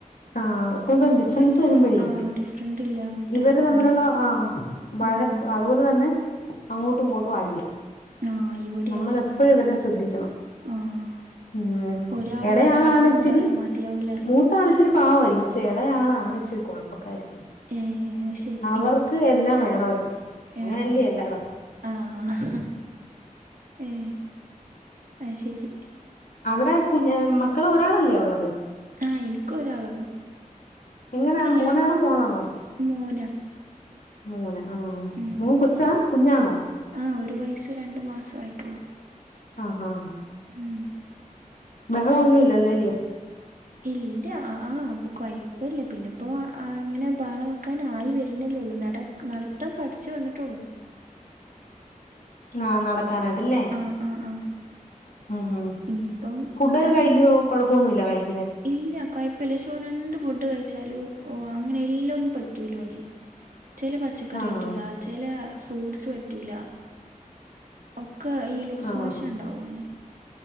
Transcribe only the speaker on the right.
ഡിഫ
ആഹ് ഡിഫറന്റ് ഇല്ല അങ്ങട്ട്
ഓൽതാ
ഉം ഉം
ആഹ് ഇവിടിം
അങ്ങന്നെ
ആഹ്
ഒരാളോ
രണ്ടാളോ ഒന്നും
ഉണ്ടായ മതിയാവൂല അറിയ
ഏ അത് ശരി
ആഹ്
ആഹ് ഏ ആയ് ശരി.
ആഹ് എനിക്ക് ഒരാളൊള്ളൂ
കല്യാണം
മോനാ
ഉം
ഉം
ആഹ് ഒരു വയസ്സു രണ്ടു മാസു ആയിട്ടൊള്ളൂ.
ഉം....
ഇല്ല അപ്പൊ കൊയ്പ്പല്ല പിന്നെപ്പോ അങ്ങനെ ബഹള വെക്കാ. നായി വരണെല്ലോ നട നടത്തം പഠിച്ചു വന്നിട്ടൊള്ളൂ.
ആഹ് ആഹ് ആഹ്
ഇനിയിപ്പം
ആ,
ഇല്ല കൊയ്പല്ല ശ്- ഓനെന്ത് ഫുഡ് കഴിച്ചാലും, ഓ അങ്ങനെ എല്ലാം ഒന്നും പറ്റൂലോന്. ചെല പച്ചക്കറി
പറ്റൂല ചെല ഫ്രൂട്ട്സ് പറ്റൂല ഒ ക്കെ ഈ ലൂസ്
മോഷൻ ണ്ടാവോന്